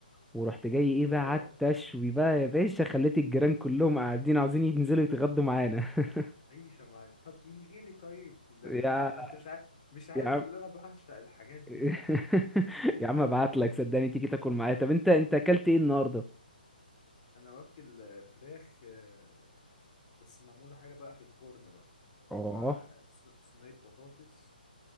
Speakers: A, in the centre; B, on the left.
A: ورحت جاي ايه
B: اوه
A: بقى قعدت اشوي بقى يا باشا خليت الجيران كلهم قاعدين عاوزين ينزلوا يتغدوا معانا <laughs>
B: عيشه معايا طب من غيري طيب ده انت
A: يا
B: انت مش عارف مش عارف
A: يا عم
B: اللي انا بعشق الحاجات دي
A: <laughs>
B: <laughs>
A: يا عم ابعت لك صدقني تيجي تاكل معايا طب انت انت اكلت ايه النهارده
B: انا واكل آه، فراخ آه، بس معموله حاجه بقى في الفرن بقى بقى
A: اه
B: مع ص- صينيه بطاطس